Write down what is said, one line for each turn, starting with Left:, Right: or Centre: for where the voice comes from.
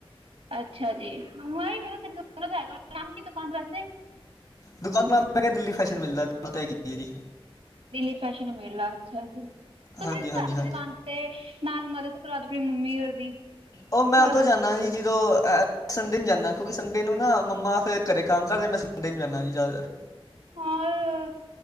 Right: ਅੱਛਾ ਜੀ, <unintelligible> ਨਾਮ ਕੀ ਦੁਕਾਨ ਦਾ ਵੈਸੇ?
Left: ਦੁਕਾਨ ਦਾ ਨਾਮ ਹੈਗਾ ਦਿੱਲੀ ਫੈਸ਼ਨ ਮੇਲਾ <unintelligible> ਹੈਗੀ ਐ ਜੀ।
Right: ਦਿੱਲੀ ਫੈਸ਼ਨ ਮੇਲਾ, ਅੱਛਾ ਜੀ। ਤੁਸੀਂ
Left: ਹਾਂਜੀ
Right: ਨੀ
Left: ਹਾਂਜੀ
Right: ਜਾਦੇ ਫਿਰ
Left: ਹਾਂਜੀ
Right: ਦੁਕਾਨ ਤੇ ਨਾਲ ਮਦਦ ਕਰਾ ਦਿਓ ਆਪਣੀ ਮੰਮੀ ਹੋਰ ਦੀ।
Left: ਓਹ ਮੈਂ
Right: ਹੋਰ
Left: ਉਦੋਂ ਜਾਂਦਾ ਜੀ ਜਦੋਂ ਅਹ ਸੰਡੇ ਨੂੰ ਜਾਂਨਾ ਕਿਉਂਕਿ ਸੰਡੇ ਨੂੰ ਨਾ ਮੰਮਾ ਫਿਰ ਘਰੇ ਕੰਮ ਕਰਦੇ ਮੈਂ ਸੰਡੇ ਨੂੰ ਜਾਂਨਾ ਜੀ ਜ਼ਿਆਦਾਤਰ।
Right: ਹਾਏ,